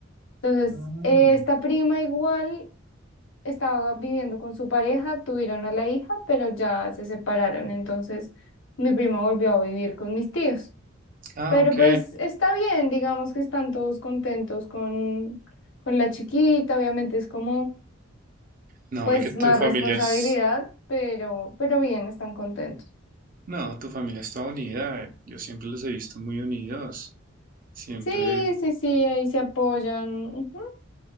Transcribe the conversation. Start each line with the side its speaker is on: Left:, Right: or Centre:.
Left: entonces,
Right: Ah,
Left: eh, esta prima igual estaba viviendo con su pareja, tuvieron a la hija, pero ya se separaron. Entonces, mi prima volvió a vivir con mis tíos.
Right: ah,
Left: Pero
Right: ok.
Left: pues está bien, digamos que están todos contentos con, con la chiquita. Obviamente es como,
Right: No,
Left: pues,
Right: y que tu
Left: más
Right: familia
Left: responsabilidad,
Right: es
Left: pero, pero bien, están contentos.
Right: No, tu familia es toda unida. eh. Yo siempre los he visto muy unidos. Siempre,
Left: Sí, sí, sí, ahí se apoyan. Ujú.